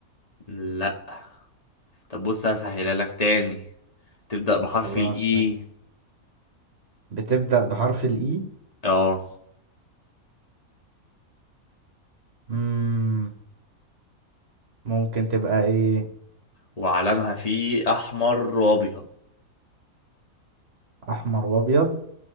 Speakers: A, on the left; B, on the right.
A: لا طب بص هسهلها لك تاني تبدأ بحرف
B: خلاص
A: الاي
B: ماشي بتبدأ بحرف الإي
A: اه
B: مم. ممكن تبقى إيه
A: وعلمها فيه احمر وابيض
B: أحمر وأبيض